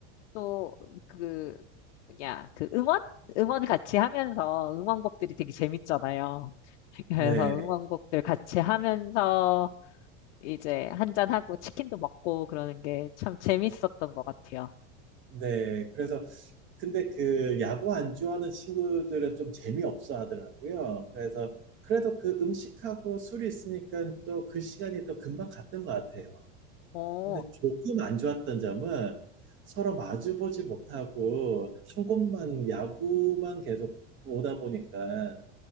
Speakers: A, on the left; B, on the right.
A: 또 그 뭐냐 그 응원 응원 같이 하면서 응원곡들이 되게 재밌잖아요. <laughs>
B: 네,
A: 그래서 응원곡들 같이 하면서 이제 한 잔하고 치킨도 먹고 그러는 게 참 재밌었던 것 같아요.
B: 네. 그래서 근데 그 야구 안 좋아하는 친구들은 좀 재미없어 하더라고요. 그래서 그래도 그 음식하고 술이 있으니까 또 그 시간이 또 금방 갔던 것 같아요.
A: 어,
B: 근데 조금 안 좋았던 점은 서로 마주보지 못하고 한 곳만 야구만 계속 보다 보니까